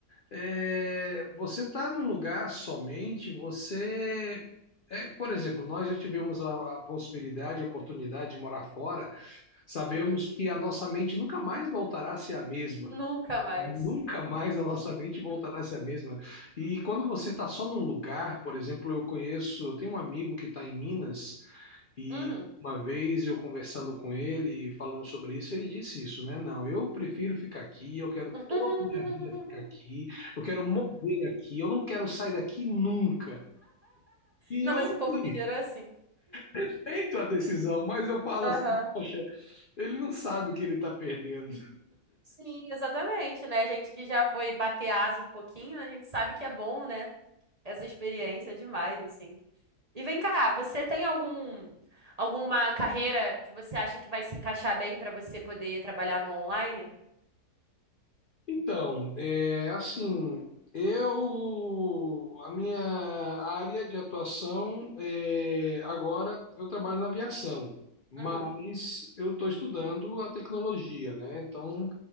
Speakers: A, on the left; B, on the right.
A: é, você está no lugar somente, você. é, por exemplo, nós já tivemos a, a possibilidade, a oportunidade de morar fora, sabemos
B: Uhum.
A: que a nossa mente nunca mais voltará a ser a mesma.
B: Nunca mais.
A: Nunca mais a nossa mente voltará
B: <laughs>
A: a ser a mesma. E quando você está só num lugar, por exemplo, eu conheço, tem um amigo que está em Minas. E
B: Uhum.
A: uma vez eu conversando com ele e falando sobre isso, ele disse isso, né? Não, eu prefiro ficar aqui, eu quero
B: <laughs>
A: toda a minha vida ficar aqui, eu quero morrer aqui, eu não quero sair daqui nunca. E
B: Não,
A: eu
B: mas
A: assim,
B: o povo mineiro é assim.
A: respeito a decisão, mas eu falo
B: Aham.
A: assim, poxa, ele não sabe o que ele está perdendo.
B: Sim, exatamente, né? A gente que já foi bater asa um pouquinho, a gente sabe que é bom, né? Essa experiência é demais, assim. E vem cá, você tem algum alguma carreira que você acha que vai se encaixar bem para você poder trabalhar no online?
A: Então, é, assim, eu, a minha área de atuação é, agora eu trabalho na aviação, mas
B: Uhum,
A: eu estou estudando a tecnologia, né? Então,